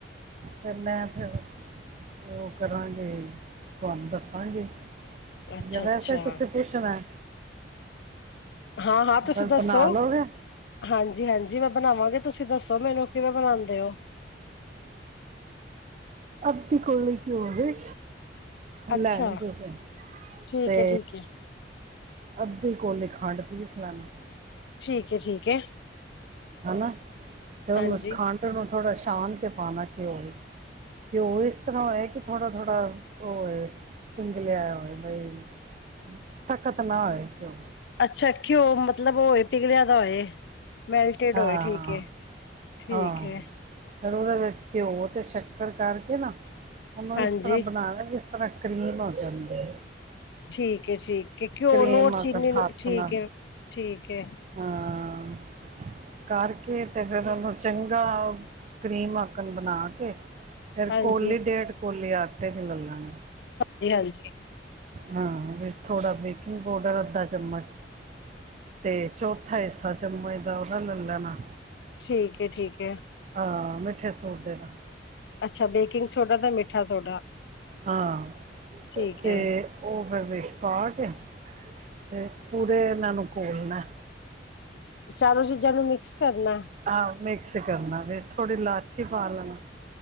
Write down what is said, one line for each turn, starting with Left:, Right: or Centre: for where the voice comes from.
Right: ਤੇ ਮੈਂ ਫਿਰ ਉਹ ਕਰਾਂਗੇ ਤੁਹਾਨੂੰ ਦੱਸ। ਹਾਂਜੀ
Left: ਅੱਛਾ-ਅੱਛਾ,
Right: ਜੇ ਵੈਸੇ ਹੀ ਤੁਸੀਂ ਪੁੱਛਣਾ।
Left: ਹਾਂ ਹਾਂ ਤੁਸੀਂ
Right: ਫਿਰ
Left: ਦੱਸੋ
Right: ਬਣਾ ਲਓਗੇ
Left: ਹਾਂਜੀ ਹਾਂਜੀ ਮੈਂ ਬਣਾਵਾਂਗੇ। ਤੁਸੀਂ ਦੱਸੋ ਮੈਨੂੰ ਕਿਵੇਂ ਬਣਾਉਂਦੇ ਹੋ।
Right: ਅੱਧੀ ਕੋਲੀ ਘਿਓ ਦੀ।
Left: ਅੱਛਾ,
Right: ਲੈਣੀ ਤੁਸੀਂ
Left: ਠੀਕ
Right: ਤੇ
Left: ਹੈ, ਠੀਕ ਹੈ,
Right: ਅੱਧੇ ਕੋਲੇ ਖੰਡ ਪੀਸ ਲੈਣਾ।
Left: ਠੀਕ ਹੈ ਠੀਕ ਹੈ।
Right: ਹਨ ਤੇ ਉਹਨੂੰ
Left: ਹਾਂਜੀ।
Right: ਖੰਡ ਨੂੰ ਥੋੜਾ ਛਾਨ ਕੇ ਪਾਣਾ ਘਿਓ ਘਿਓ ਇਸ ਤਰ੍ਹਾਂ ਹੋਏ ਕਿ ਥੋੜਾ ਥੋੜਾ ਉਹਏ ਪਿੰਗ ਲਿਆਇਆ ਹੋਏ ਬਈ। ਸਖਤ ਨਾ ਹੋਏ ਘਿਓ।
Left: ਅੱਛਾ ਘਿਓ ਮਤਲਬ ਹੋਏ ਪਿਘਲਿਆ ਦਾ ਹੋਏ। ਮੈਲਟੇਡ
Right: ਹਾਂ
Left: ਹੋਏ
Right: ਹਾਂ
Left: ਠੀਕ ਹੈ। ਠੀਕ
Right: ਹਾਂ
Left: ਹੈ,
Right: ਫਿਰ ਉਹਦੇ ਵਿੱਚ। ਘਿਓ ਤੇ ਸ਼ੱਕਰ ਕਰਕੇ ਨਾ ਉਹਨੂੰ
Left: ਹਾਂਜੀ
Right: ਇਸ ਤਰ੍ਹਾਂ ਬਣਾਣਾ। ਕਰੀਮ ਹੋ ਜਾਂਦੀ।
Left: ਠੀਕ ਏ ਠੀਕ। ਘਿਓ
Right: ਕਰੀਮ
Left: ਨੋਟ
Right: ਆਕਣ
Left: ਚੀਨੀ
Right: ਹੱਥ
Left: ਠੀਕ
Right: ਨਾਲ
Left: ਹੈ ਠੀਕ ਹੈ।
Right: ਹਾਂ ਕਰਕੇ ਤੇ ਫੇਿਰ ਉਹਨੂੰ ਚੰਗਾ ਕਰੀਮ ਆਕਣ ਬਣਾ ਕੇ ਫਿਰ
Left: ਹਾਂਜੀ।
Right: ਕੋਲੀ ਡੇਢ ਕੋਲੀ ਆਟੇ ਦੀ ਲ ਲੈਣੀ।
Left: ਜੀ ਹਾਂਜੀ
Right: ਹਾਂ ਵੀ ਥੋੜਾ ਬੇਕਿੰਗ ਪਾਊਡਰ ਅੱਧਾ ਚਮਚ ਤੇ ਚੌਥਾ ਹਿੱਸਾ ਚਮਜ ਦਾ ਉਹਦਾ ਲੈ ਲੈਣਾ
Left: ਠੀਕ ਹੈ ਠੀਕ ਹੈ।
Right: ਹਾਂ ਮਿੱਠੇ ਸੋਡੇ ਦੇ ਦਾ
Left: ਅੱਛਾ ਬੇਕਿੰਗ ਸੋਡਾ ਤੇ ਮਿੱਠਾ ਸੋਡਾ।
Right: ਹਾਂ
Left: ਠੀਕ
Right: ਤੇ
Left: ਹੈ।
Right: ਉਹ ਫਿਰ ਵਿੱਚ ਪਾ ਕੇ ਤੇ ਪੂਰੇ ਇਹਨਾਂ ਨੂੰ ਘੋਲਣਾ।
Left: ਚਾਲੋ ਸੀ ਜ ਨੂੰ ਮਿਕਸ ਕਰਨਾ
Right: ਆਹੋ ਮਿਕਸ ਕਰਨਾ ਫ ਥੋੜ੍ਹੀ ਇਲਾਚੀ ਪਾ ਲੈਣਾ।